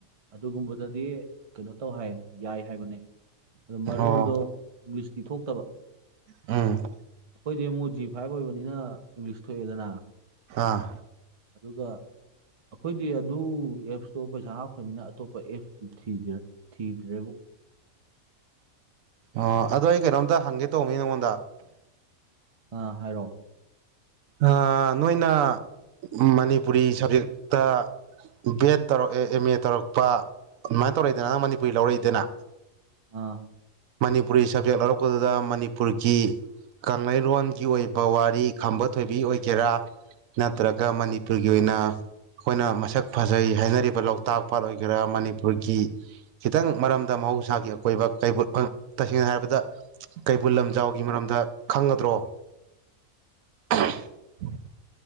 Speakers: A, on the right; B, on the right.
A: ꯑꯗꯨꯒꯨꯝꯕꯗꯗꯤ ꯀꯩꯅꯣ ꯇꯧ ꯍꯥꯏ ꯌꯥꯏ ꯍꯥꯏꯕꯅꯦ ꯑꯗꯨ ꯃꯔꯣꯜꯗꯣ
B: ꯑꯣ
A: ꯏꯪꯂꯤꯁꯇꯤ ꯊꯣꯛꯇꯕ
B: ꯎꯝ
A: ꯈꯣꯏꯗꯤ ꯑꯃꯨꯛ ꯖꯤ ꯐꯥꯏꯚ ꯑꯣꯏꯕꯅꯤꯅ ꯏꯪꯂꯤꯁ ꯊꯣꯛꯑꯦꯗꯅ
B: ꯑꯥ
A: ꯑꯗꯨꯒ ꯑꯩꯈꯣꯏꯗꯤ ꯑꯗꯨ ꯑꯦꯞꯁꯇꯣ ꯄꯩꯁꯥ ꯍꯥꯞꯈ꯭ꯔꯃꯤꯅ ꯑꯇꯣꯞꯄ ꯑꯦꯞꯁꯇꯨ ꯊꯤꯗ꯭ꯔꯦ ꯊꯤꯗ꯭ꯔꯦꯕꯨ
B: ꯑꯣ ꯑꯗꯣ ꯑꯩ ꯀꯩꯅꯣꯝꯇ ꯍꯪꯒꯦ ꯇꯧꯕꯅꯤꯅꯦ ꯅꯪꯉꯣꯟꯗ
A: ꯑ ꯍꯥꯏꯔꯛꯑꯣ
B: ꯑ ꯅꯣꯏꯅ ꯃꯅꯤꯄꯨꯔꯤ ꯁꯕꯖꯦꯛꯇ ꯕꯤ ꯑꯦꯗ ꯇꯧꯔꯛꯑꯦ ꯑꯦꯝ ꯑꯦ ꯇꯧꯔꯛꯄ ꯑꯗꯨꯃꯥꯏꯅ ꯇꯧꯔꯛꯏꯗꯅ ꯅꯪ ꯃꯅꯤꯄꯨꯔꯤ ꯂꯧꯔꯛꯏꯗꯅ
A: ꯑꯥ
B: ꯃꯅꯤꯄꯨꯔꯤ ꯁꯕꯖꯦꯛ ꯂꯧꯔꯛꯄꯗꯨꯗ ꯃꯅꯤꯄꯨꯔꯒꯤ ꯀꯪꯂꯩꯔꯣꯟꯒꯤ ꯑꯣꯏꯕ ꯋꯥꯔꯤ ꯈꯝꯕ ꯊꯣꯏꯕꯤ ꯑꯣꯏꯒꯦꯔꯥ ꯅꯠꯇ꯭ꯔꯒ ꯃꯅꯤꯄꯨꯔꯒꯤ ꯑꯣꯏꯅ ꯑꯩꯈꯣꯏꯅ ꯃꯁꯛ ꯐꯖꯩ ꯍꯥꯏꯅꯔꯤꯕ ꯂꯣꯛꯇꯥꯛ ꯄꯥꯠ ꯑꯣꯏꯒꯦꯔꯥ ꯃꯅꯤꯄꯨꯔꯒꯤ ꯈꯤꯇꯪ ꯃꯔꯝꯗ ꯃꯍꯧꯁꯥꯒꯤ ꯑꯀꯣꯏꯕ ꯀꯩꯕꯨ ꯑ ꯇꯁꯦꯡꯅ ꯍꯥꯏꯔꯕꯗ ꯀꯩꯕꯨꯜ ꯂꯝꯖꯥꯎꯒꯤ ꯃꯔꯝꯗ ꯈꯪꯒꯗ꯭ꯔꯣ <unintelligible>